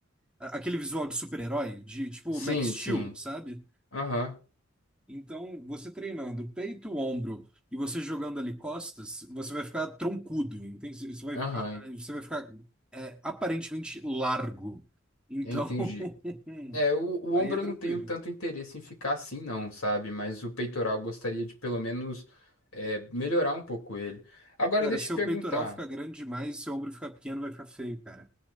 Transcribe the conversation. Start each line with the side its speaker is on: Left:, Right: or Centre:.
Centre: a- aquele visual de super-herói, de tipo
Left: Sim,
Centre: Max Steel,
Left: sim.
Centre: sabe?
Left: Aham,
Centre: Então, você treinando peito, ombro e você jogando ali costas, você vai ficar troncudo, entende? Você você vai,
Left: aham,
Centre: a- a- você vai ficar é, aparentemente largo. Então,
Left: en- entendi.
Centre: <laughs>
Left: É, o, o
Centre: aí
Left: ombro
Centre: é tranquilo.
Left: eu não tenho tanto interesse em ficar assim, não, sabe? Mas o peitoral eu gostaria de pelo menos é, melhorar um pouco ele. Agora
Centre: Cara,
Left: deixa
Centre: seu
Left: eu te perguntar.
Centre: peitoral fica grande demais, seu ombro fica pequeno, vai ficar feio, cara.